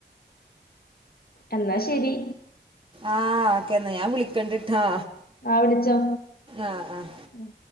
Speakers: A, on the left; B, on the right.
A: എന്നാ ശരി
B: ആഹ് ഓക്കെന്നാ ഞാൻ വിളിക്കണ്ട്ട്ടാ
A: ആ വിളിച്ചോ
B: ആഹ് ആഹ്
A: ഉം